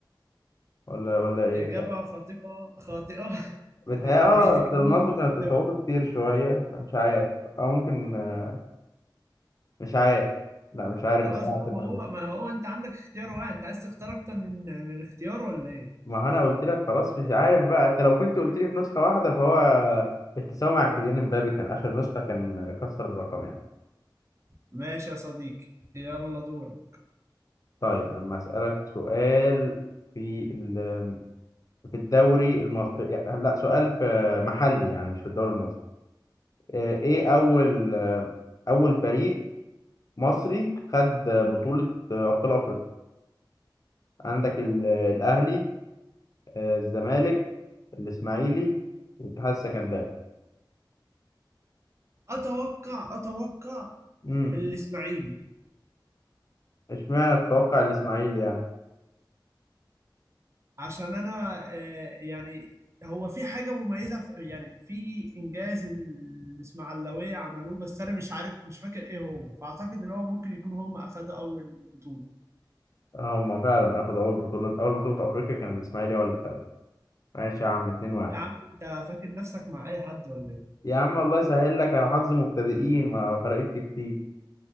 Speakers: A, on the left; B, on the right.
A: ولا ولا إيه؟
B: إجابة خاطئة خاطئة <laughs>
A: بتهيأ
B: خاطئة
A: اه
B: إيه إجابة
A: أصل رونالدو كانت
B: خاطئة
A: إصاباته كتير شوية فمش عارف أو ممكن آه، مش عارف لا مش عارف
B: خلاص
A: بصراحة
B: بقى
A: في اللحظة
B: ما هو
A: دي.
B: ما هو أنت عندك اختيار واحد أنت عايز تختار أكتر من من اختيار ولا إيه
A: ما هو أنا قلت لك خلاص مش عارف بقى أنت لو كنت قلت لي في نسخة واحدة فهو التساوي مع كيليان امبابي كان آخر نسخة كان كسر الرقم يعني
B: ماشي يا صديقي يلا دورك
A: طيب أما أسألك سؤال في ال... في الدوري المصري يعني- لا سؤال في محلي يعني مش في الدوري المصري آه، إيه أول آه، أول فريق مصري خد بطولة آه، أبطال أفريقيا عندك ال- الأهلي آه، الزمالك الاسماعيلي الاتحاد السكندري
B: اتوقع اتوقع
A: امم
B: الاسماعيلي
A: اشمعنى تتوقع الاسماعيلي يعني
B: عشان انا آه، يعني هو في حاجه مميزه في يعني في انجاز الاسماعيلاويه عملوه بس انا مش عارف مش فاكر ايه هو فاعتقد ان هو ممكن يكون هم اخدوا اول بطوله
A: هم فعلا اخذوا اول بطوله اول بطوله افريقيا كان الاسماعيلي هو اللي خدها ماشي يا عم 2 1
B: يا عم انت فاكر نفسك مع اي حد ولا ايه
A: يا عم الله يسهل لك يا حظ مبتدئين ما فرقتش كتير